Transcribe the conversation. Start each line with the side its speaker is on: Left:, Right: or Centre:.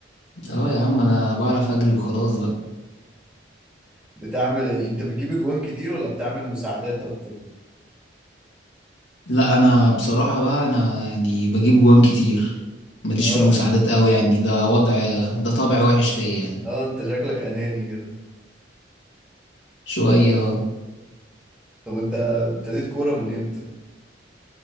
Left: أهو يا عم أنا بعرف أجري وخلاص بقى
Centre: بتعمل انت بتجيب اجوان كتير ولا بتعمل مساعدات اكتر
Left: لا أنا بصراحة بقى أنا يعني بجيب جوان كتير ماليش
Centre: اه
Left: في المساعدات قوي يعني ده وضع ده طبع وحش فيا يعني
Centre: اه انت شكلك اناني كده
Left: شوية
Centre: طب انت ابتديت كورة من امتى